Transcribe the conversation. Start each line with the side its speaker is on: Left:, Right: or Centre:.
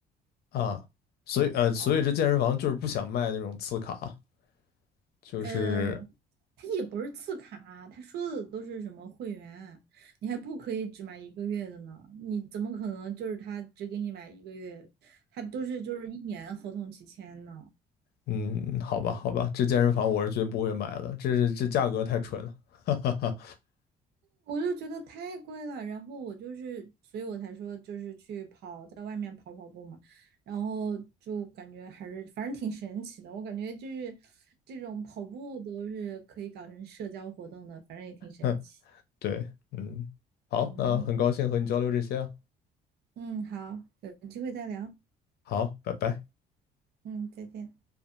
Left: 啊，所以呃，所以这健身房就是不想卖那种次卡，
Right: 哦，
Left: 就是
Right: 呃，他也不是次卡啊，他说的都是什么会员，你还不可以只买一个月的呢？你怎么可能就是他只给你买一个月？他都是就是一年合同期签呢，
Left: 嗯，好吧好吧，这健身房我是绝不会买的，这是这价格太蠢了，<laughs> 哈哈
Right: 我就觉得太贵了。然后我就是，所以我才说就是去跑，在外面跑，然后就感觉还是反正挺神奇的。我感觉就是这种跑步都是可以搞成社交活动的，反正也挺神奇。
Left: 哈，对，嗯，好，
Right: 嗯
Left: 那很高兴和你交流这些啊，
Right: 嗯，好，有机会再聊。
Left: 好，拜拜。
Right: 嗯，再见。